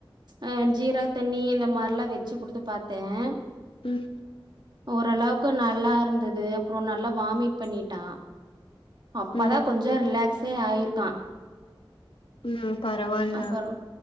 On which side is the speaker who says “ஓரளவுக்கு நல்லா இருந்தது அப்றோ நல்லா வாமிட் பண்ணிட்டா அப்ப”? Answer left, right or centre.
Right